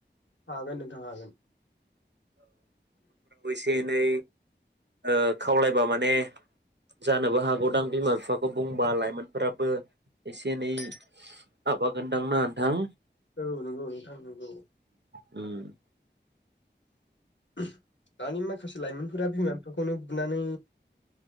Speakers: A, on the left; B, on the right.
A: हागोन नोंथां हागोन।
B: न'खरफोराव एसे एनै ओ खावलायबा माने जानोबो हागौदां बिमा बिफाखौ खौ बुंबा लाइमोनफोराबो एसे एनै आबागोनदां ना नोंथां।
A: औ नंगौ नोंथां नंगौ।
B: उम
A: <unintelligible> दानि माखासे लाइमोनफोरा बिमा बि बेखौनो बुनानै